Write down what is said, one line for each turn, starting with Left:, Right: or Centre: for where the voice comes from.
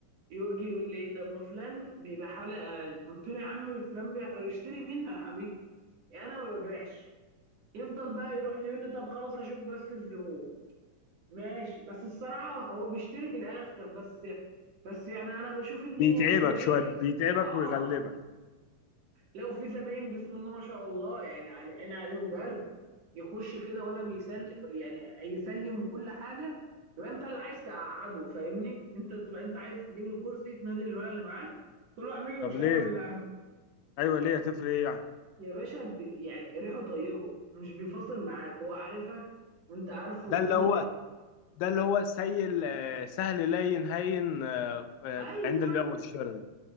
Right: يجي يقول لي ايه ده ما فلان بيبقع حلقة اقل قلت له يا عم فلان بيع- اشتري منه يا حبيبي يعني انا ما ببيعش يفضل بقى يروح يقول لي طب خلاص اشوف بس الزبون ماشي بس الصراحة هو بيشتري في الاخر بس بس يعني انا بشوف ان هي
Left: بيتعبك
Right: شوية
Left: شويه بيتعبك
Right: اه
Left: ويغلبك
Right: لو في زباين بسم الله ما شاء الله يعني على عين عليهم برد يخش كده ولا بيسلم يعني يسلم وكل حاجه يبقى انت اللي عايز تقعده فاهمني انت تبقى انت عايز تجيب له كرسي تنادي الولد اللي معاك تقول له اعمل له
Left: طب
Right: شاي
Left: ليه
Right: ولا قهوه
Left: ايوه ليه هتفرق ايه يعني
Right: يا باشا ب... يعني ريحه طيبه مش بيفاصل معاك هو عارفك وانت عارفه
Left: ده
Right: الدنيا
Left: اللي هو
Right: كده
Left: ده اللي هو سيل آه، سهل لين هين آه، آه،
Right: ايوه
Left: عند البيع والشراء ده